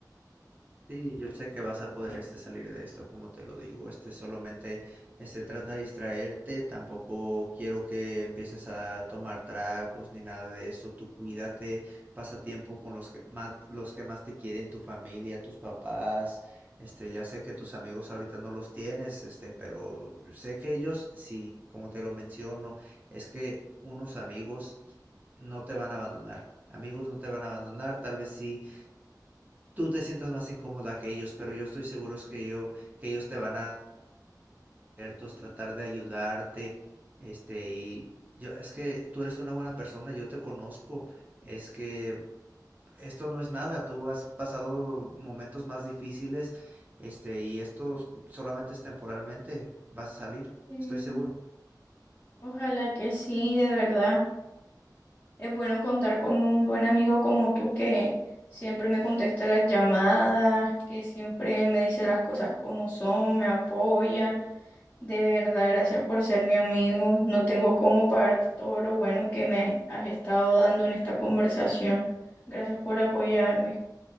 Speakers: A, on the right; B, on the left.
A: Sí, yo sé que vas a poder este salir de esto, como te lo digo, este solamente este trata de distraerte, tampoco quiero que empieces a tomar tragos ni nada de eso, tú cuídate, pasa tiempo con los que más los que más te quieren, tu familia, tus papás, este ya sé que tus amigos ahorita no los tienes, este, pero sé que ellos sí, como te lo menciono, es que unos amigos no te van a abandonar. Amigos no te van a abandonar, tal vez sí tú te sientas más incómoda que ellos, pero yo estoy seguro es que yo, que ellos te van a abiertos, tratar de ayudarte, este, y yo, es que tú eres una buena persona, yo te conozco, es que esto no es nada, tú has pasado momentos más difíciles, este, y esto solamente es temporalmente, vas a salir,
B: Sí.
A: estoy seguro.
B: Ojalá que sí, de verdad. Es bueno contar con un buen amigo como tú que siempre me contesta las llamadas, que siempre me dice las cosas como son, me apoya. De verdad, gracias por ser mi amigo. No tengo cómo pagarte todo lo bueno que me has has estado dando en esta conversación. Gracias por apoyarme.